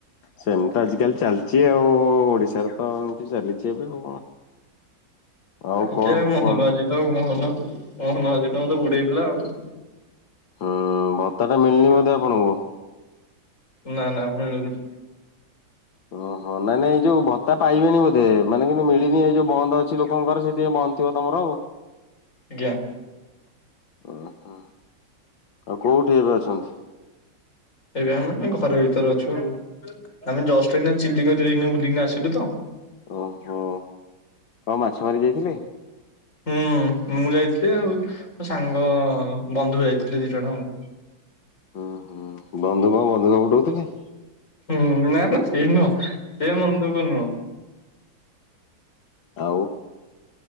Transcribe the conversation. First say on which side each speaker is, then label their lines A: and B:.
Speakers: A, on the left; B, on the left.
A: ସେମତି ତ ଆଜିକାଲି ଚାଲଚି ଆଉ ଓଡିଶାରେ ତ ଆଉ ଖାଲି ଚାଲିଚି ଏବେ ଆଉ କଣ? ଆଉ
B: ଆଜ୍ଞା
A: କଣ
B: ମୋହନ
A: କୁହନ୍ତୁ
B: ମାଝୀ ତ ଆଉ ମୋହନ ମୋହନ ମାଝୀ ତ ମତେ ବୁଡେଇଦେଲା ଆଉ।
A: ହୁଁ ଭତ୍ତା ଟା ମିଳିନି ବୋଧେ ଆପଣଙ୍କୁ?
B: ନା ନା ମିଳୁନି।
A: ଓହୋ ନାଇଁ ନାଇଁ ଏଇ ଯୋଉ ଭତ୍ତା ପାଇବେଣି ବୋଧେ ମାନେ କିନ୍ତୁ ମିଳିନି ଏଇ ଯୋଉ ବନ୍ଦ ଅଛି ଲୋକଙ୍କର ସେଥିପାଇଁ ବନ୍ଦ ବନ୍ଦ ଥିବ ତମର ଆଉ।
B: ଆଜ୍ଞା।
A: ଓହୋ ଆଉ କୋଉଠି ଏବେ ଅଛନ୍ତି?
B: ଏବେ ଆମେ ଘର ଭିତରେ ଅଛୁ ଆଉ। ଆମେ ଜଷ୍ଟ୍ ଏଇନା ଚିଲିକାରୁ ଯାଇକିନା ବୁଲିକିନା ଆସିଲୁ ତ।
A: ଓହୋ କଣ ମାଛ ମାରି ଯାଇଥିଲେ?
B: ହୁଁ ମୁଁ ଯାଇଥିଲି ଆଉ ମୋ ସାଙ୍ଗ ବନ୍ଧୁ ଯାଇଥିଲେ ଦି ଜଣ ଆଉ।
A: ହୁଁ ହୁଁ ବନ୍ଧୁ କଣ ବନ୍ଧୁକ ଫୁଟୋଉଥିଲେ।
B: ହୁଁ ନାଇଁ ତ ସେଇ ନୁହଁ ସେ ବନ୍ଧୁକ ନୁହଁ।
A: ଆଉ